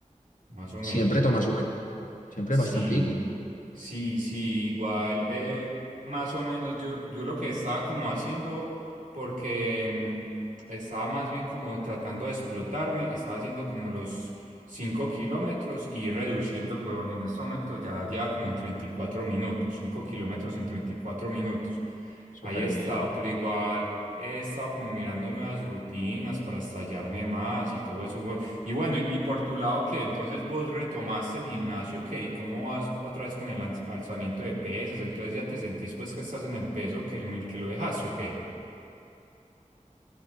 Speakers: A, on the right; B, on the left.
A: más o menos.
B: Siempre toma su buen tiempo. Siempre
A: Sí,
B: bastantico.
A: sí, sí, igual, eh, más o menos yo, yo lo que estaba como haciendo, porque mm, estaba más bien como tratando de explotarme, estaba haciendo como los 5 kilómetros y reduciendo, huevón, en este momento ya lleva como en 34 minutos, 5 kilómetros en 34 minutos.
B: Súper
A: Ahí he estado,
B: bien.
A: pero igual he estado como mirando nuevas rutinas para estallarme más y todo eso, huevón. Y bueno, y y por tu lado, ¿qué? Entonces vos retomaste el gimnasio, ¿qué? ¿Y cómo vas otra vez con el alz- alzamiento de pesas? Entonces ya te sentís pues que estás en el peso que, en el que lo dejaste, ¿o qué?